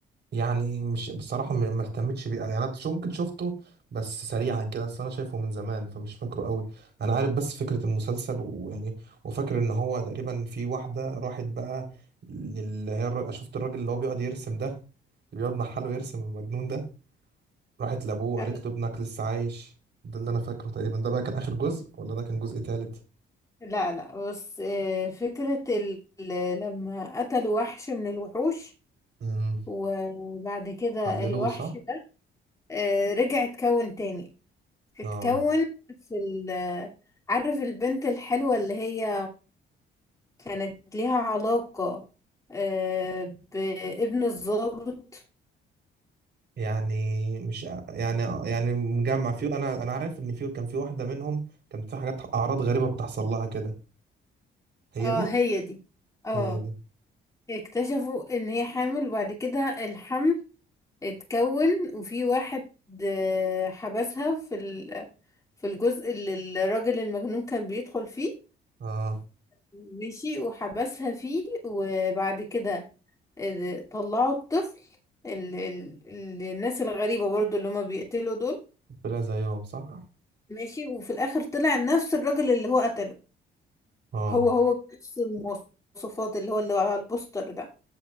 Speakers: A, on the right; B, on the left.
A: يعني مش بصراحة م- ما اهتمتش بيه يعني انا شو ممكن شفته بس سريعا كده اصل انا شايفه من زمان فمش فاكره قوي انا عارف بس فكرة المسلسل ويعني وفاكر ان هو تقريبا في واحدة راحت بقى اللي هي الراجل شفت الراجل اللي هو بيقعد يرسم ده اللي بيقعد محله يرسم المجنون ده راحت لابوه
B: آه،
A: قالت له ابنك لسه عايش ده اللي انا فاكره تقريبا ده بقى كان اخر جزء ولا ده كان جزء تالت
B: لا لا بس آه فكرة ال... ال- لما قتلوا وحش من الوحوش
A: امم
B: وبعد كده
A: حللوه
B: الوحش
A: صح
B: ده آه رجع اتكون تاني اتكون
A: اه
B: في ال... عارف البنت الحلوة اللي هي كانت ليها علاقة آه، بابن الضابط
A: يعني مش يعني يعني مجمع فيه انا انا عارف ان فيه كان في واحده منهم كانت في حاجات اعراض غريبه بتحصل لها كده هي
B: اه
A: دي
B: هي دي اه
A: هي دي
B: اكتشفوا ان هي حامل وبعد كده الحمل اتكون وفي واحد آه، حبسها في ال... في الجزء اللي الراجل المجنون كان بيدخل فيه
A: اه
B: مشي وحبسها فيه وبعد كده آه، طلعوا الطفل ال... ال... ال- الناس الغريبة برضو اللي هما بيقتلوا دول
A: طلع زيهم صح
B: ماشي وفي الاخر طلع نفس الراجل اللي هو قتله
A: اه
B: هو هو بنفس المواصفات اللي هو اللي على البوستر ده